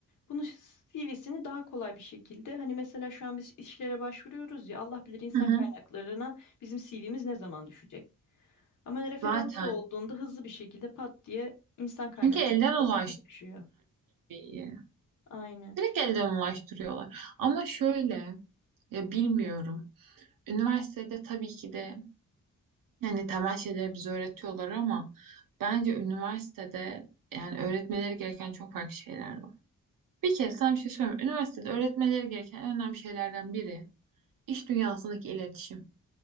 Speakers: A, on the left; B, on the right.
A: Bunu CV'sini daha kolay bir şekilde hani mesela şu an biz işlere başvuruyoruz ya Allah bilir insan
B: Hı hı.
A: kaynaklarına bizim CV'miz ne zaman düşecek? Ama referans
B: Zaten.
A: olduğunda hızlı bir şekilde pat diye insan kaynaklarına
B: Çünkü elden ulaştırıyor.
A: CV düşüyor.
B: iyi.
A: Aynen.
B: Direkt elden ulaştırıyorlar. Ama şöyle ya bilmiyorum. Üniversitede tabii ki de yani temel şeyleri bize öğretiyorlar ama bence üniversitede yani öğretmeleri gereken çok farklı şeyler var. Bir kere sana bir şey söyleyeyim. Üniversitede öğretmeleri gereken en önemli şeylerden biri iş dünyasındaki iletişim.